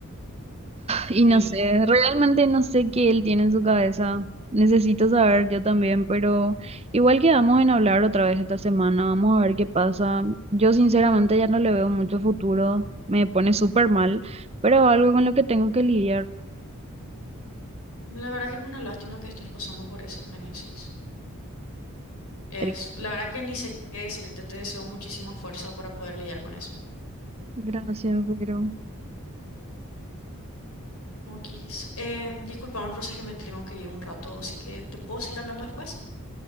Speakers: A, on the right; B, on the left.
A: Y no
B: Y
A: sé, realmente no sé qué él tiene en su cabeza. Necesito saber yo también, pero igual quedamos en hablar otra vez esta semana. Vamos a ver qué pasa. Yo sinceramente ya no le veo mucho futuro. Me pone súper mal, pero es algo con lo que tengo que lidiar.
B: la verdad que es una lástima que estés pasando por eso, Génesis. Es,
A: Triste.
B: la verdad que ni sé qué decirte, te deseo muchísima fuerza para poder lidiar con eso.
A: Gracias, pero
B: Ok, eh, discúlpame, pero sé que me tengo que ir un rato, así que ¿te puedo seguir hablando después?